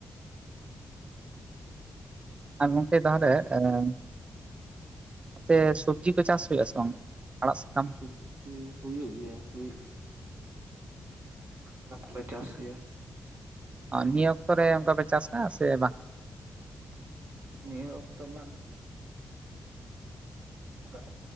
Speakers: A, on the right; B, on the right.
A: ᱟᱨ ᱜᱚᱢᱠᱮ ᱛᱟᱦᱚᱞᱮ ᱱᱚᱛᱮ ᱥᱚᱵᱡᱤ ᱠᱚ ᱪᱟᱥ ᱦᱩᱭᱩᱜ ᱟ ᱥᱮ ᱵᱟᱝ ᱟᱲᱟᱜ ᱥᱟᱠᱟᱢ
B: ᱥᱚᱵᱡᱤ ᱦᱩᱭᱩᱜ ᱜᱮᱭᱟ ᱦᱩᱭ ᱥᱟᱢ ᱠᱚᱞᱮ ᱪᱟᱥ ᱜᱮᱭᱟ
A: ᱱᱤᱭᱟᱹ ᱚᱠᱛᱚ ᱨᱮ ᱚᱱᱠᱟ ᱯᱮ ᱪᱟᱥᱟ ᱥᱮ ᱵᱟᱝ
B: ᱱᱤᱭᱟᱹ ᱚᱠᱛᱚ ᱢᱟᱱᱮ ᱚᱱᱠᱟ